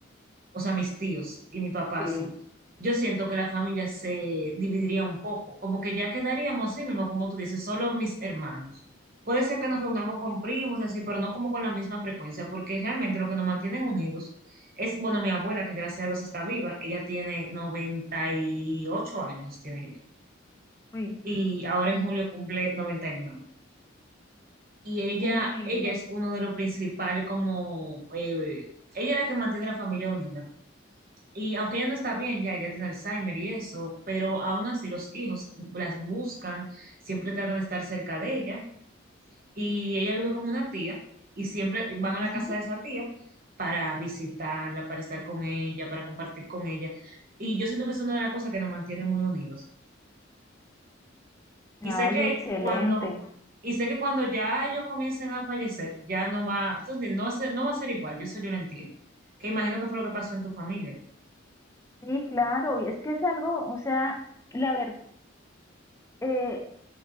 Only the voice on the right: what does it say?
o sea, mis tíos y mi papá
sí, yo siento que la familia se dividiría un poco, como que ya quedaríamos así mismo, como tú dices, solo mis hermanos. Puede ser que nos reunamos con primos y así, pero no como con la misma frecuencia, porque realmente lo que nos mantienen unidos es, bueno, mi abuela, que gracias a Dios está viva, ella tiene 98 años, tiene ella,
y ahora en julio cumple 99. Y nueve. Y ella,
ella
es uno de los principales como, eh, ella es la que mantiene la familia unida. Y aunque ella no está bien, ya ella tiene Alzheimer y eso, pero aún así los hijos las buscan, siempre tratan de estar cerca de ella. Y ella vive con una tía y siempre van a la
casa de esa tía para visitarla, para estar con ella, para compartir con ella. Y yo siento que es una de las cosas que nos mantiene muy unidos. Y sé
que
cuando, y sé que cuando ya ellos comiencen a fallecer, ya no va, tú entiendes, No va a ser, no va a ser igual, yo eso yo lo entiendo. Que imagino que fue lo que pasó en tu familia.